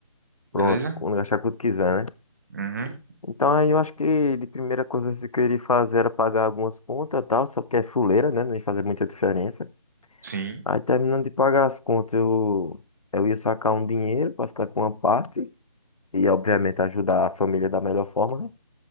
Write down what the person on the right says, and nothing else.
beleza?
Uhum.
Sim,